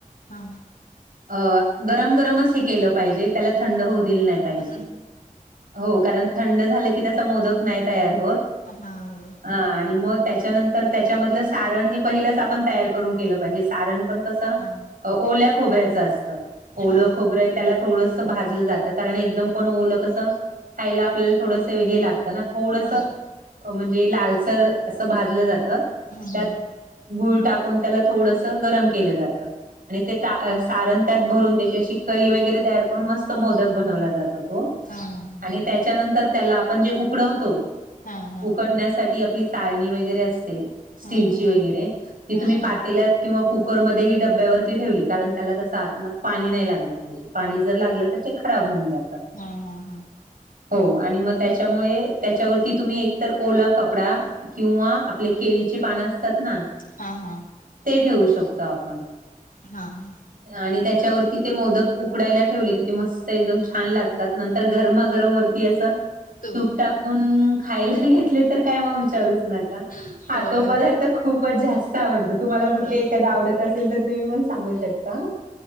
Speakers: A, on the left (about 90°); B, on the right (about 80°).
A: हा हा
B: अ गरम गरमच हे केल पाहिजे त्याला थंड होऊ दिल नाही पाहीजेत
A: हा
B: हो कारण थंड झाल की त्याचा मोदक नाही तयार होत
A: हा हो
B: हा आणि मग त्याच्यानंतर त्याच्यामधल सारण हे पहिलच आपण तयार करून केल पाहिजे सारण पण कस
A: हा हा
B: ओल्या खोबर्याच असत ओल
A: हा हा हा
B: खोबर त्याला थोडस भाजल जात कारण एकदम पण ओल कस खायला आपल्या थोडस चवीला हे लागत ना थोडस
A: हा
B: म्हण लालसर अस भाजल्या जात त्यात
A: हा हा
B: गूळ टाकून त्याला थोडस गरम केल जात आणि ते ता सारण त्यात भरून त्याची अशी कळी वगैरे तयार करून मस्त मोदक बनवला जातो तो
A: हम् ह
B: आणि त्याच्यानंतर त्याला आपण जे उ उकडवतो
A: हा हा
B: उकडण्यासाठी आपली चाळणी वगैरे असते स्टीलची
A: हा
B: वगैरे ती
A: हा
B: तुम्ही
A: हा
B: पातेल्यात किंवा कुकरमध्येही डब्यावरती ठेवली कारण त्याला कस आतन पाणी नाही लागल पाहिजे पाणी जर लागल तर ते खराब होऊन जात
A: हा हा हा
B: हो आणि मग त्याच्यामुळे त्याच्यावरती तुम्ही एकतर ओला कपडा किंवा आपले केळीची पान असतात ना
A: हा हा
B: ते ठेवू शकतो आपण
A: हा हा
B: आणि त्याच्यावरती ते मोदक उकडायला ठेवले की ते मस्त एकदम छान लागत त नंतर गरमागरम वरती अस
A: तू
B: तूप टाकून खायला घेतले तर काय मग विचारूच नका
A: होय
B: हा तो पदार्थ खूपच जास्त आवडतो तुम्हाला कुठली
A: होय
B: एखादा
A: हो
B: आवडत असेल तर तुम्ही पण सांगू शकता.